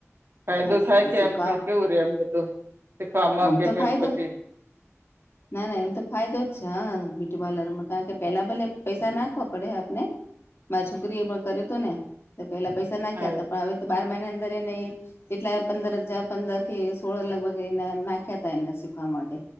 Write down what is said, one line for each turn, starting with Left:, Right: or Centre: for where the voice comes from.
Right: ફાયદો
Left: હતા
Right: થાય
Left: હા
Right: કે
Left: શીખવા
Right: એમ કે કેવું રે એમ બધું શીખવામાં
Left: આમ
Right: કે
Left: તો
Right: પેલું
Left: ફાયદો
Right: પછી- -
Left: ના ના એમ તો- - ફાયદો જ છે હા બ્યુટી પાર્લર માં કારણ કે પેલા ભલે પૈસા નાખવા પડે આપને- - મા છોકરી એ પણ કર્યું હતું ને તો પેલા પૈસા નાખ્યા
Right: હા
Left: હતા પણ હવે- - બાર મહિના અંદર એ ન કેટલા પંદર હજાર પંદર કે સોળ લગભગ એના- - નાખ્યા ત એને શીખવા માટે